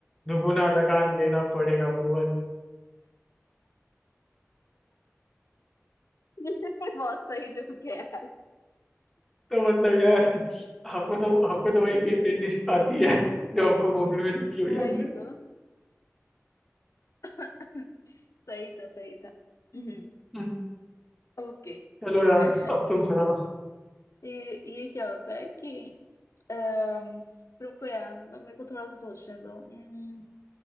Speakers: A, in the centre; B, on the left.
A: दुगुना लगान देना पड़ेगा भुवन
B: <laughs> बहुत सही जो है यार
A: तो मतलब यार हमको तो हमको तो वही भी ब्रिटिश आती है जो हमको मूवी में देखी हुई
B: वही
A: है हमने
B: तो <laughs> सही था सही था <clears throat>
A: हम्म,
B: ओके
A: चलो यार
B: अच्छा
A: अब तुम सुनाओ
B: ये ये क्या होता है कि अम, रुको यार मतलब मेरे को थोड़ा सा सोचने दो अम,